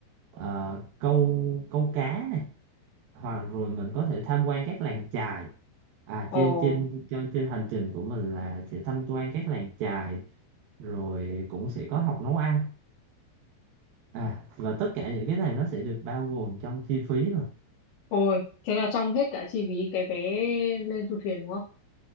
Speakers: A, on the right (about 65°); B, on the left (about 85°).
A: ờ, câu câu cá này, hoặc rồi mình có thể tham quan các làng chài. À
B: ồ
A: trên trên trên trên hành trình của mình là sẽ tham quan các làng chài rồi cũng sẽ có học nấu ăn. À và tất cả những cái này nó sẽ được bao gồm trong chi phí rồi.
B: ôi thế là trong hết cả chi phí cái vé lên du thuyền đúng không